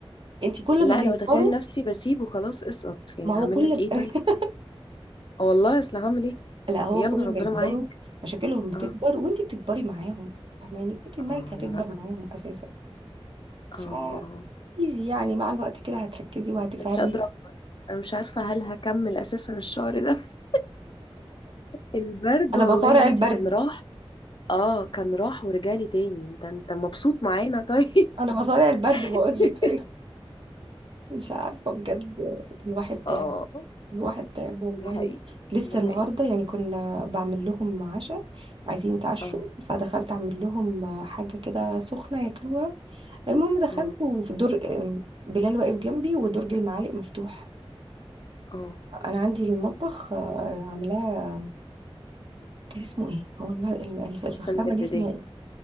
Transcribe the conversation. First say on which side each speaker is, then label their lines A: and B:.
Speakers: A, on the right; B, on the left.
A: انت كل
B: لا
A: ما هيكبروا
B: انا بتخيل نفسي بسيبه خلاص اسقط يعني
A: ما هو
B: هعمل
A: كل
B: لك ايه
A: <laughs>
B: طيب آه والله اصل هعمل ايه
A: لا هو
B: يلا
A: كل
B: ربنا
A: ما يكبروا
B: معاك
A: مشاكلهم بتكبر
B: اه
A: وانتي بتكبري معاهم فاهماني انت دماغك
B: اه
A: هتكبر
B: على رأيك
A: معاهم اساسا فايزي
B: اه اه
A: يعني مع الوقت كده هتركزي وهتفهمي
B: انا مش قادره اكبر انا مش عارفه هل هكمل اساسا الشهر ده <laughs> البرد
A: انا
B: والله
A: بصارع
B: يا بنتي
A: البرد
B: كان راح اه كان راح ورجالي تاني انت انت مبسوط معانا طيب
A: انا بصارع البرد بقول
B: <laughs>
A: لك أيوة. مش عارفه بجد الواحد تعب
B: اه
A: الواحد تعب والله
B: ده حقيقي
A: لسه
B: ده حقيقي
A: النهارده يعني كنا بعمل لهم عشاء عايزين يتعشوا
B: اه
A: فدخلت اعمل لهم حاجه كده سخنه ياكلوها المهم دخلت
B: اه
A: وفي دور بلال واقف جنبي ودرج المعالق مفتوح
B: اه
A: انا عندي المطبخ آه، عاملاه كان اسمه ايه هو الم... الم... الف-
B: انت
A: الرخامه
B: لسه مجدداه
A: دي اسمها ايه